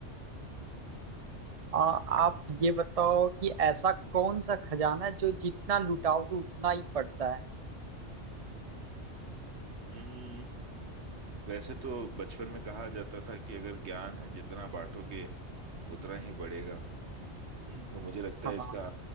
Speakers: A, on the right; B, on the right.
A: आ, आप ये बताओ कि ऐसा कौन सा खजाना है जो जितना लुटाओगे उतना ही बढ़ता है
B: हम्म वैसे तो बचपन में कहा जाता था कि अगर ज्ञान है जितना बांटोगे उतना ही बढ़ेगा <clears throat> तो मुझे लगता
A: हाँ
B: है इसका